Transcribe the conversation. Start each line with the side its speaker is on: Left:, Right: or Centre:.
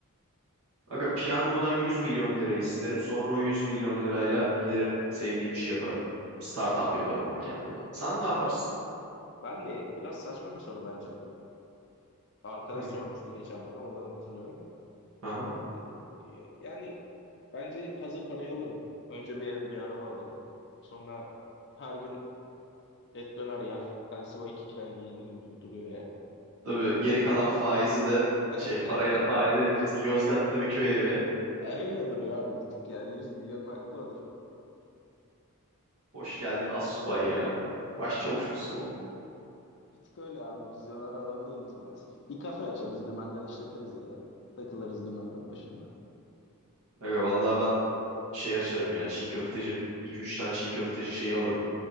Right: Aga piyangodan 100 milyon lira isterim. Sonra o 100 milyon lirayla giderim sevdiğim işi yaparım. Startup yaparım ona kendime. Sen ne yaparsın?
Left: Ben de biraz saçma bir soru bence. Arkadaş
Right: Hı hı.
Left: sormuştu geçen bana oradan hatırlıyorum.
Right: Aha.
Left: Ee, ya- yani bence hazır parayı alırım. Önce bir ev bir araba alırım. Sonra her gün et döner yer. Elsiva 2'den giyinirim gibi duruyor ya.
Right: Tabii geri kalan faizi de
Left: <laughs>
Right: şey parayı da faize yatırırsın. Yozgat'ta bir köy evi.
Left: Öyle duruyor abi bir tık yani 100 milyonun hakkı odur.
Right: Hoş geldin astsubay ya. Başçavuş
Left: Ya bir,
Right: musun oğlum?
Left: bir tık öyle abi vizyoner adam değiliz maalesef. Bir kafe açarız dümenden işletiriz ya. Takılırız dümenden başında.
Right: Aga vallahi ben şey açarım ya. Çiğ köfteci iki üç tane çiğ köfteci şeyi alırım.